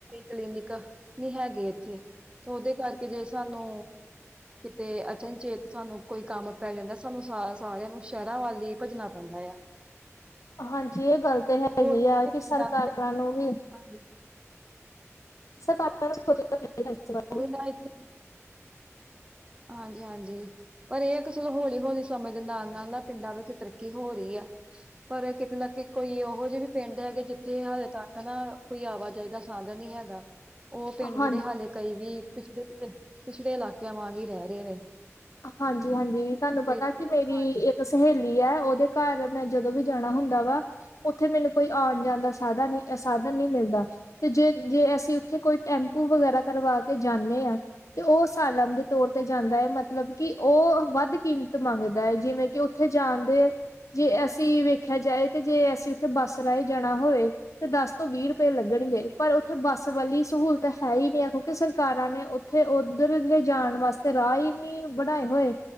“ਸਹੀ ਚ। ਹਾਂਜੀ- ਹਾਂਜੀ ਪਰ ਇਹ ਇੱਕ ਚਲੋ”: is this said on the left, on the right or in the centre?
Right